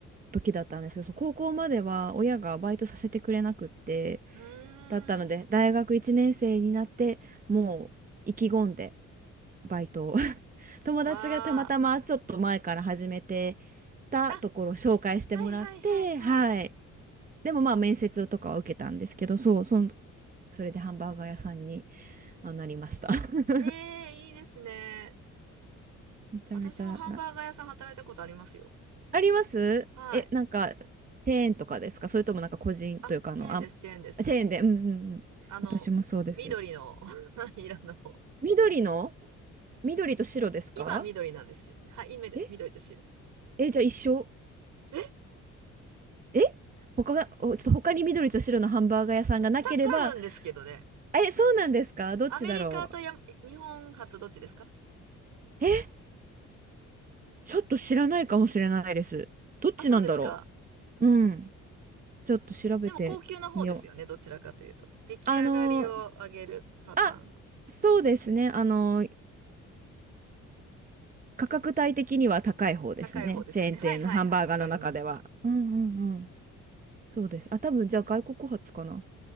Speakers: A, on the right; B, on the right.
A: 時だったんですけど、そう高校までは親がバイトさせてくれなくって、
B: うー
A: だったので、
B: ん。
A: 大学1年生になって、もう意気込んでバイトを <laughs> 友達がたまたまちょっと前から始めて
B: わー。
A: たところを紹介してもらって、
B: あ、はいはいはいはい。
A: はい。でもまあ面接とかは受けたんですけど、そう、そん、それでハンバーガー屋さんにあなりました <laughs>。
B: えー、いいですね。
A: めちゃめちゃな、
B: 私もハンバーガー屋さん働いたことありますよ。
A: ありますえ、
B: はい。
A: なんか、チェーンとかですかそれともなんか個人というか、
B: あ、チェーンです、
A: あの、あ、
B: チェーンです。
A: チェーンで、うんうんうん。
B: あの、
A: 私もそうです。
B: 緑の <laughs> 色の。
A: 緑の緑と白ですか
B: 今は緑なんですけどね。はい、今緑緑と白。
A: ええ、じゃあ一緒。
B: え、
A: え他が、おちょっと他に緑と白のハンバーガー屋さんがなければ、
B: 二つあるんですけどね。
A: え、そうなんですかどっちだろ
B: アメリカとや、日本初どっちですか
A: う。え、ちょっと知らないかもしれないです。どっちなんだろ
B: あ、そうですか。
A: う。うん。ちょっと調べてみよう。
B: でも高級な方ですよね。どちらかというと。出来上がりを上げるパターンの
A: あのー、あ、そうですね。あの価格帯的には高い方ですね。
B: 高い方ですよね。
A: チェーン店のハンバーガーの中では。
B: はいはいはい。わかりました。
A: うんうんうん。そうです。あ、多分じゃあ外国発かな。